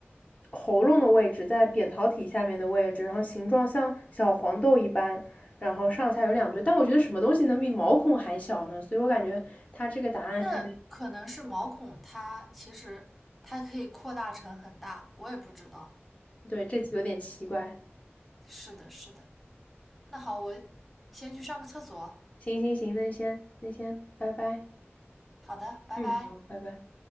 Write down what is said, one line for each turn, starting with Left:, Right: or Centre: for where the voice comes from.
Left: 喉咙的位置，在扁桃体下面的位置，然后形状像小黄豆一般，然后上下有两对。但我觉得什么东西能比毛孔还小呢？所以我感觉他这个答案可能
Centre: 那可能是毛孔，它其实它可以扩大成很大，我也不知道。
Left: 对这题有点奇怪。
Centre: 是的，是的。那好，我先去上个厕所。
Left: 行行行，那先那先拜拜。
Centre: 好的，拜拜。
Left: 嗯，好，拜拜。